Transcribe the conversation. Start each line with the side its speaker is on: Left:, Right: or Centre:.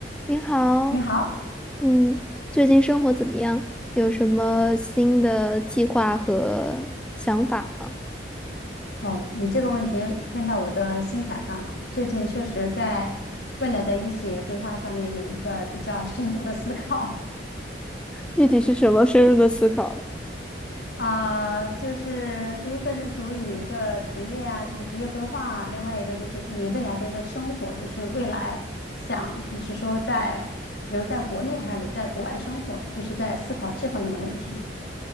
Centre: 您好，
Left: 你好，
Centre: 嗯，最近生活怎么样？有什么新的计划和想法吗？
Left: 哦，你这个问题问到我的心坎上了。最近确实在未来的一些规划上面有一个比较深度的思考
Centre: 具体是什么深入的思考了？
Left: <laughs> 啊、就是第一个是属于一个职业啊，就是职业规划啊；另外一个就是自己未来的一个生活，就是未来想就是说在留在国内还是留在国外生活，就是在思考这方面的问题。